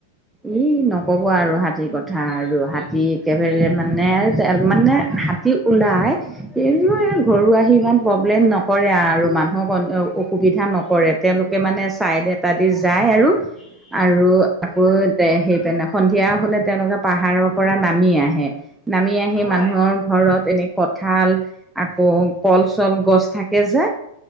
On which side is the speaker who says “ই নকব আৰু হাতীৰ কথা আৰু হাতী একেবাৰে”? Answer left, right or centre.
Centre